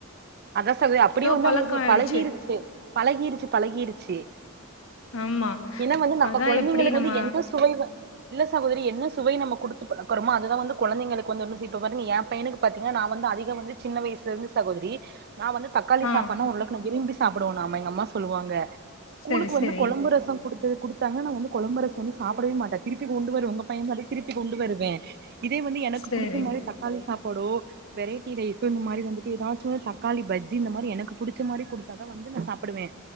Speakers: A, on the right; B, on the left.
A: அதா சொல்தே அப்டியே வந்து
B: பழக்கோ
A: அவங்ளுக்கு
B: ஆயிடுச்சு
A: பழகிருச்சு பழகிருச்சு பழகிருச்சு
B: ஆமா
A: என்னா வந்து நம்ம
B: அதா
A: கொழந்தைங்களுக்கு
B: எப்டி நம்ம
A: வந்து என்ன சுவை வ இல்ல சகோதரி என்ன சுவை நம்ம குடுத்து பழக்கறமோ அதுதா வந்து கொழந்தைங்களுக்கு வந்து <unintelligible> இப்ப பாருங்க ஏ பையனுக்கு பாத்தீங்கனா நா வந்து அதிக வந்து சின்ன வயசுலருந்து சகோதரி நா வந்து தக்காளி
B: ஆ
A: சாப்பாட்னா ஓரளவுக்கு நா விரும்பி சாப்புடுவோ நாம எங்க அம்மா சொல்லுவாங்க ஸ்கூலுக்கு
B: சரி
A: வந்து
B: சரி
A: கொழம்பு ரசே குடுத் இது கொடுத்தாங்க நா வந்து கொழம்புரசோ வந்து சாப்பிடவே மாட்ட திருப்பி கொண்டு வருவே உங்க பையன் மாரி திருப்பி கொண்டு வருவே இதே வந்து எனக்கு
B: சரி
A: புடிச்ச மாதிரி தக்காளி சாப்பாடோ வெரைட்டி ரைஸோ இந்த மாரி வந்துட்டு ஏதாச்சுமே த தக்காளி பஜ்ஜி இந்த மாரி எனக்கு புடிச்ச மாரி கொடுத்தாதா வந்து நா சாப்புடுவே